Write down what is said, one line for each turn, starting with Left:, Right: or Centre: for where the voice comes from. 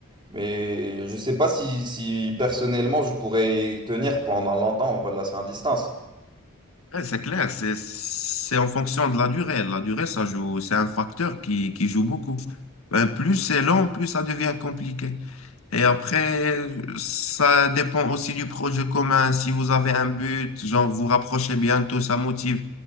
Right: Mais je sais pas si, si personnellement je pourrais tenir pendant longtemps en relation à distance.
Left: ouais, c'est clair, c'est, c'est en fonction de la durée. La durée, ça joue, c'est un facteur qui, qui joue beaucoup. Euh, plus c'est long, plus ça devient compliqué. Et après, ça dépend aussi du projet commun. Si vous avez un but, genre vous rapprochez bientôt, ça motive.